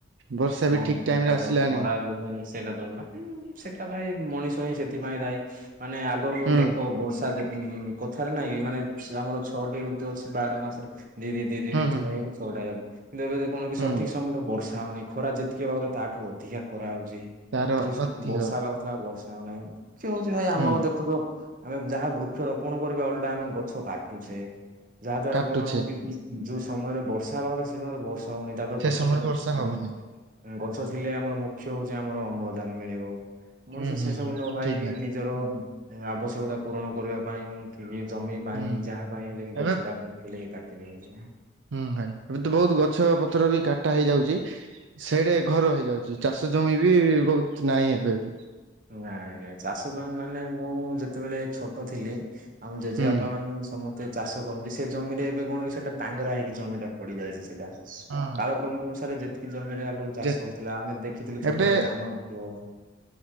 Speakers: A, on the right; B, on the right.
A: ବର୍ଷା ବି
B: ହଁ
A: ଠିକ ଟାଇମ
B: ସେଟା
A: ରେ ଆସିଲାନି
B: ତ ଖରା ବି ଭାଇ ସେଟା <inaudible> ସେଟା ଭାଇ ମଣିଷ ହିଁ ସେଥିପାଇଁ ଦାୟୀ ମାନେ ଆଗରୁ
A: ହୁଁ
B: ଦେଖ ବର୍ଷା ଯେତ୍ ଉଁ କଥାରେ ନାଇଁ କି ମାନେ ଆମର ଛଅଟି ଋତୁ ଅଛି ବାର ମାସରେ। ଦି-ଦି-ଦି-ଦି-ଦିଥର
A: ହୁଁ ହୁଁ
B: ହେଇଗଲେ
A: ହୁଁ
B: ଛଟା ହେଇଯାଉଛି କିନ୍ତୁ ଏବେ <inaudible> କି
A: ହୁଁ
B: ସଠିକ ସମୟରେ ବର୍ଷା ହଉନି। ଖରା ଯେତିକି ହବା କଥା ତାଠୁ ଅଧିକା ଖରା ହଉଛି
A: ତାର
B: ଯୋଉ ସ
A: ଅଧିକ
B: ବର୍ଷା ହେବା କଥା ବର୍ଷା ହଉନାହିଁ। ସେ ହଉଛି ଭାଇ ଆମର
A: ହୁଁ
B: ଦେଖୁଥିବ ଆମେ ଯାହା ବୃକ୍ଷ ରୋପଣ କରିବା ଓଲଟା ଆମେ ଗଛ କାଟୁଚେ। ଯାହା ଦ୍ଵାରା
A: କାଟୁଛେ
B: କଣ ହଉ କି ଯୋଉ ସମୟରେ ବର୍ଷା ହେବା କଥା ସେ ସମୟରେ ବର୍ଷ୍ ହଉନି ତାପରେ
A: ସେ
B: ଗଛ
A: ସମୟରେ
B: <inaudible>
A: ବର୍ଷା ହବନି
B: ଗଛ ଥିଲେ ଆମର ମୁଖ୍ୟ ହଉଛି ଆମର ଅମ୍ଳଜାନ ମିଳିବ। ମଣିଷ
A: ହୁଁ ହୁଁ
B: ସେ ସବୁ
A: ହୁଁ
B: ନ ଭାବିକି
A: ଠିକ ଭାଇ
B: ନିଜର ଆବଶ୍ୟକତା ପୂରଣ କରିବା ପାଇଁ କି ଜମି ପାଇଁ
A: ହୁଁ
B: ଯାହା ପାଇଁ ହେଲେ ବି
A: ଏବେ
B: ଗଛଟା ଥିଲେ କି କାଟି ଦିଅନ୍ତି <inaudible>
A: ହୁଁ ଭାଇ ଏବେ ତ ବହୁତ ଗଛ ପତ୍ର ବି କାଟା ହେଇଯାଉଚି। ସେଇଡେ ଘର ହେଇଯାଉଚି ଚାଷ ଜମି ବି ବହୁତ ନାହିଁ ଏବେ ବି।
B: ନାଇଁ ନାଇଁ ଚାଷ ଦମ ମାନେ ମୁଁ ଯେତେବେଳେ ଛୋଟ ଥିଲି। ଆମ ଜେଜେବାପା
A: ହୁଁ
B: ମାନେ ସମସ୍ତେ ଏତେ ଚାଷ କରନ୍ତି ସେ ଜମିରେ ଏବେ କଣ କି ସେଟା ଟାଙ୍ଗରା ହେକି ଜମିଟା ପଡିଯାଇଚି ସେଇଟା
A: ହଁ
B: କାଳକ୍ରମ ଅନୁସାରେ ଯେତ ଜମିରେ ଆଗରୁ ଚାଷ
A: ଯେ
B: ହୋଉଥିଲା ଆମେ ଦେଖିଥିଲୁ
A: ଏବେ
B: ଛୋଟବେଳେ ଧାନ ଏବଂ